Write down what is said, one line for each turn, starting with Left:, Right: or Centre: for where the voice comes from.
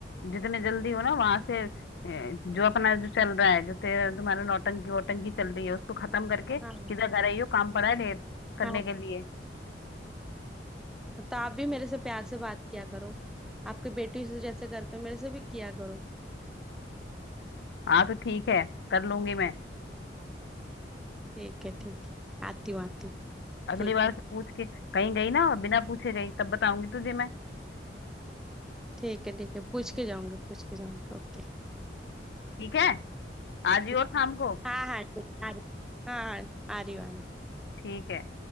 Left: जितने जल्दी हो ना वहां से ए, जो अपना जो चल रहा है जो तेरा तुम्हारा नौटंकी वोटंकी चल रही है उसको खत्म करके सीधा
Centre: हाँ
Left: घर आइयो काम पड़ा है ढेर करने
Centre: हाँ
Left: के लिए
Centre: तो आप भी मेरे से प्यार से बात किया करो आपके बेटी से जैसे करते हो मेरे से भी किया करो
Left: हाँ तो ठीक है कर लूंगी मैं
Centre: ठीक है ठीक है आती हूँ आती हूँ
Left: अगली
Centre: ठीक
Left: बार
Centre: है
Left: से पूछ के कहीं गई ना और बिना पूछे गई तब बताऊंगी तुझे मैं
Centre: ठीक है ठीक है पूछ के जाऊंगी पूछ के जाऊंगी ओके
Left: ठीक है आज ही
Centre: ठीक
Left: और शाम को
Centre: हाँ हाँ ठीक आ रही हाँ हाँ आ रही हूँ आ रही हूँ।
Left: ठीक है